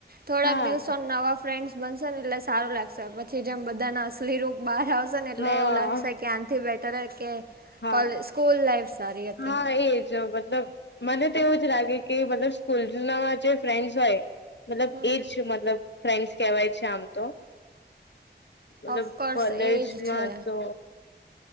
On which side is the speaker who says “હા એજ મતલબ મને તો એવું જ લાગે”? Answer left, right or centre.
Left